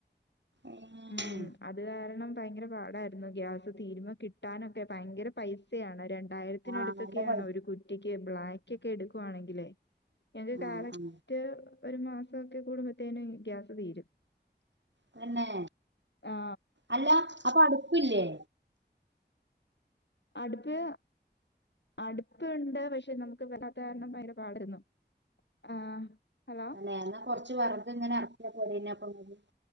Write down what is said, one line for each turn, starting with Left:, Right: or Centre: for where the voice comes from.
Right: ഏഹ്
Left: ഉം അത് കാരണം ഭയങ്കര പാടായിരുന്നു ഗ്യാസ് തീരുമ്പകിട്ടാനൊക്കെ ഭയങ്കര പൈസയാണ് രണ്ടായിരത്തിനടുത്തൊക്കെയാണ്
Right: ആഹ് നല്ല പൈ
Left: ഒരു കു റ്റിക്ക് ബ്ലാക്ക് ഒക്കെ എടുക്കുവാണെങ്കില് ഞങ്ങക്ക്
Right: ആഹ്
Left: കറക്റ്റ്
Right: ആഹ്
Left: ഒരു മാസൊക്കെ കൂടുമ്പത്തേനും ഗ്യാസ് തീരും
Right: തന്നെ
Left: ആ
Right: അല്ല അപ്പൊ അടുപ്പില്ലേ
Left: അട്പ്പ് അടുപ്പുണ്ട് പക്ഷെ നമുക്ക് വല്ലാത്ത കാരണം ഭയങ്കര പാടാരുന്നു ആഹ് ഹലോ
Right: തന്നെ എന്നാ കൊറച്ച് വെറെക് ഇങ്ങനെ എറക്കിയ പോരേയ്നോ അപ്പൊ ങ്ങക്ക്